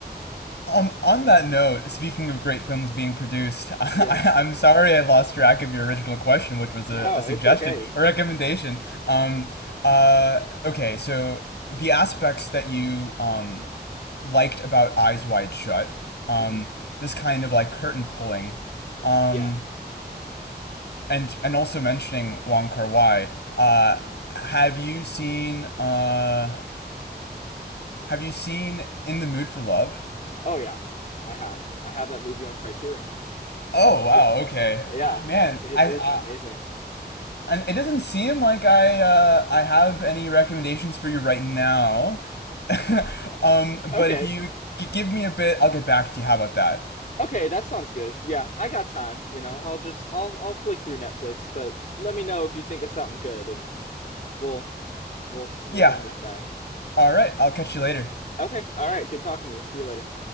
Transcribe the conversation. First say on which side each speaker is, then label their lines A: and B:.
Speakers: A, on the left; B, on the left.
A: Um, on that note, speaking of great films being produced, <laughs> I,
B: Yeah.
A: I'm sorry I lost track of your original question, which was
B: No,
A: a, a suggestion,
B: it's okay.
A: a recommendation. Um, uh, okay, so the aspects that you um, liked about Eyes Wide Shut, um,
B: hmm
A: this kind of like curtain pulling, um,
B: Yeah.
A: and and also mentioning Wong Kar Wai. Uh,
B: hmm
A: have you seen uh, Have you seen In the Mood for Love?
B: Oh yeah. I have. I have that movie on Criterion.
A: Oh wow,
B: It
A: okay,
B: yeah,
A: oh, man.
B: it
A: I,
B: is
A: I
B: amazing.
A: and it doesn't seem like I uh, I have any recommendations for you right now. <laughs> um, but
B: Okay.
A: if you g- give me a bit, I'll get back to you. How about that?
B: Okay, that sounds good. Yeah, I got time, you know. I'll just I'll I'll flick through Netflix, but let me know if you think of something good and We'll we'll we'll
A: Yeah.
B: run this back.
A: All right. I'll catch you later.
B: Okay, all right, good talking to you. See you later.